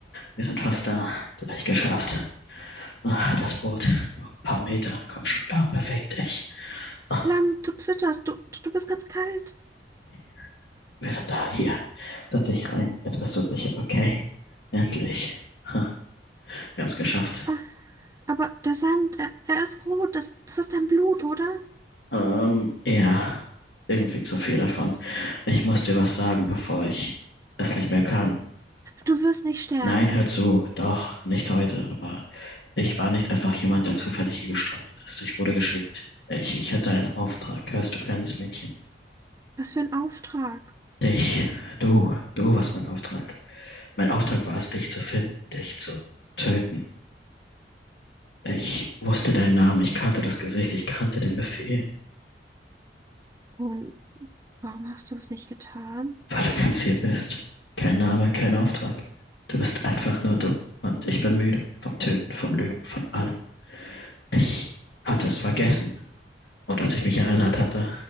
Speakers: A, on the left (about 75°); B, on the right (about 15°).
A: Wir sind fast da. Gleich geschafft. Ah, Das Boot. Noch ein paar Meter. Komm schon klar. Perfekt. Ich. Ah,
B: Lam, du zitterst, du, du bist ganz kalt.
A: okay. Wir sind da. Hier. Setz dich rein. Jetzt bist du sicher. Okay. Endlich. Ha, wir haben es geschafft.
B: Ah, Aber der Sand, er, er ist rot, das, das ist dein Blut, oder?
A: Ähm, ja. Irgendwie zu viel davon. Ich muss dir was sagen, bevor ich es nicht mehr kann.
B: Du wirst nicht sterben.
A: Nein, hör zu. Doch, nicht heute. Aber ich war nicht einfach jemand, der zufällig hier gestrandet ist. Ich wurde geschickt. Ich, ich hatte einen Auftrag. Hörst du, kleines Mädchen?
B: Was für ein Auftrag.
A: Dich, du, du warst mein Auftrag. Mein Auftrag war es, dich zu finden, dich zu töten. Ich wusste deinen Namen, ich kannte das Gesicht, ich kannte den Befehl,
B: Und warum hast du es nicht getan?
A: weil du ganz hier bist. Kein Name, kein Auftrag. Du bist einfach nur du. Und ich bin müde vom Töten, vom Lügen, von allem. Ich hatte es vergessen. Und als ich mich erinnert hatte,